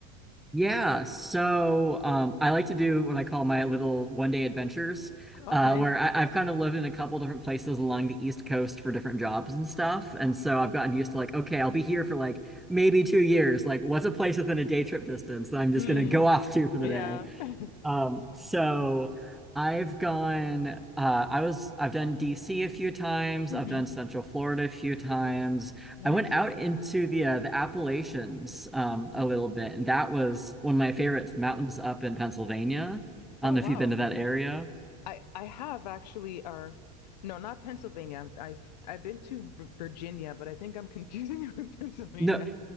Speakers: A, in the centre; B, on the left (about 85°).
A: Yeah, so um, I like to do what I call my little one day adventures,
B: Okay.
A: uh, where I, I've kind of lived in a couple different places along the East Coast for different jobs and stuff. And so I've gotten used to like, okay, I'll be here for like maybe two years. Like, what's a place within a day trip distance that I'm just
B: Mm,
A: gonna go off to for
B: yeah.
A: the day?
B: <laughs>
A: Um, so I've gone, uh, I was, I've done DC a few times.
B: hmm
A: I've done Central Florida a few times.
B: Nice.
A: I went out into the uh, the Appalachians um, a little bit, and that was one of my favorites, the mountains up in Pennsylvania. I
B: Oh,
A: don't know
B: wow.
A: if you've been to that area.
B: I I have actually, or no, not Pennsylvania. I've I've been to V- Virginia, but I think I'm <laughs> confusing it with <laughs> Pennsylvania.
A: No.